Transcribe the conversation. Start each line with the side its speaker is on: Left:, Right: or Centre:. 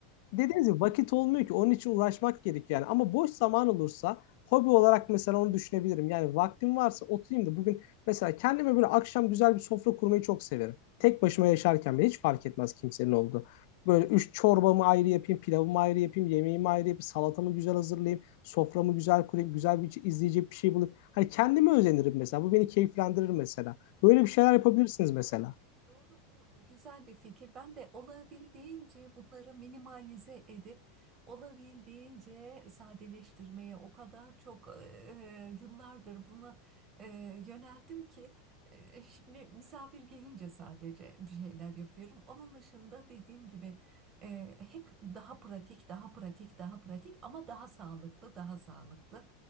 Left: Dediğiniz gibi vakit olmuyor ki onun için uğraşmak gerekiyor yani. Ama boş zaman olursa hobi olarak mesela onu düşünebilirim. Yani vaktim varsa oturayım da bugün mesela kendime böyle akşam güzel bir sofra kurmayı çok severim. Tek başıma
Right: Oo.
Left: yaşarken bile hiç fark
Right: Hı
Left: etmez kimsenin olduğu.
Right: hı hı.
Left: Böyle üç çorbamı ayrı yapayım, pilavımı ayrı yapayım, yemeğimi ayrı yapayım, salatamı güzel hazırlayayım, soframı güzel kurayım, güzel bir izleyecek bir şey bulup. Hani kendime özenirim mesela. Bu beni keyiflendirir mesela. Böyle bir şeyler
Right: Evet.
Left: yapabilirsiniz mesela.
Right: Doğru bu güzel bir fikir. Ben de olabildiğince bunları minimalize edip olabildiğince sadeleştirmeye o kadar çok e, e, yıllardır buna e, yöneldim ki e, şimdi misafir gelince sadece bir şeyler yapıyorum. Onun dışında dediğim gibi e, hep daha pratik, daha pratik, daha pratik ama daha sağlıklı, daha sağlıklı